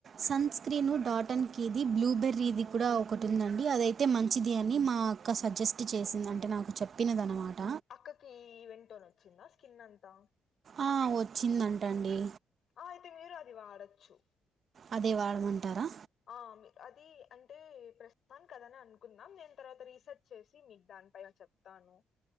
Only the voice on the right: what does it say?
సన్ స్క్రీను డాటన్ కి ఇది బ్లూబెర్రీ ఇది కూడా ఒకటి ఉందండి అదయితే మంచిది అని మా క్క సజెస్ట్ చేసింది అంటే నాకు చెప్పినదనమాట
ఆ వచ్చిందంట అండి
అదే వాడమంటారా?